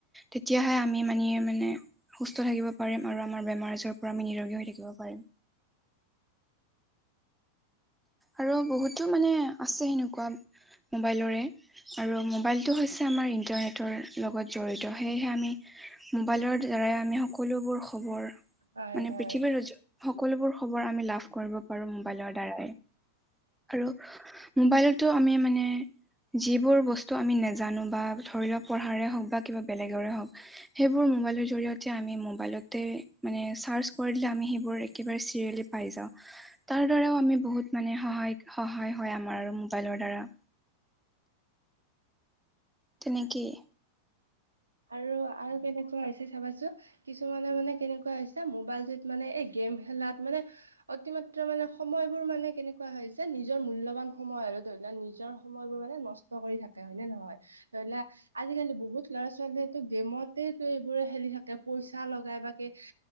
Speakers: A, in the centre; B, on the right.
A: তেতিয়াহে আমি মানে সুস্থ থাকিব পাৰিম। আৰু আমাৰ বেমাৰ-আজাৰৰ পৰা আমি নিৰোগী হৈ থাকিব পাৰিম। আৰু বহুতো মানে আছে সেনেকুৱা মোবাইলৰে। আৰু মোবাইলটো হৈছে আমাৰ ইণ্টাৰনেটৰ লগত জড়িত। সেয়েহে আমি- মোবাইলৰ দ্বাৰাই আমি সকলোবোৰ খবৰ-
B: হয়
A: মানে
B: হয়
A: পৃথিৱীৰ সকলোবোৰ খবৰ আমি লাভ কৰিব পাৰো মোবাইলৰ দ্বাৰাই। আৰু- মোবাইলতটো আমি মানে যিবোৰ বস্তু আমি নজানো বা ধৰি লওক- পঢ়াৰে হওক বা কিবা বেলেগৰে হওক। সেইবোৰ মোবাইলৰ জৰিয়তে আমি মোবাইলতে মানে চাৰ্চ কৰিলে আমি সেইবোৰ একেবাৰে চিৰিয়েলী- পাই যাওঁ। তাৰ দ্বাৰাও আমি বহুত মানে সহায়িক, সহায় হয় আমাৰ আৰু মোবাইলৰ দ্বাৰা। তেনেকেই।
B: আৰু আৰু কেনেকুৱা হৈছে চাবাচোন কিছুমানে মানে কেনেকুৱা হৈ- ছে মোবাইলটোত মানে এই গেম খেলাত মানে- অতিমাত্ৰা মানে সময়বোৰ মানে কেনেকুৱা হৈছে, নিজৰ মূল্যবান সময় আৰু ধৰি লোৱা নিজৰ- সময়বোৰ মানে নষ্ট কৰি থাকে, হয় নে নহয়। ধৰি লোৱা- আজিকালি বহুত ল'ৰা ছোৱালীয়েতো গেমতেইতো এইবোৰে খেলি থাকে পইচা লগাই বাকে এই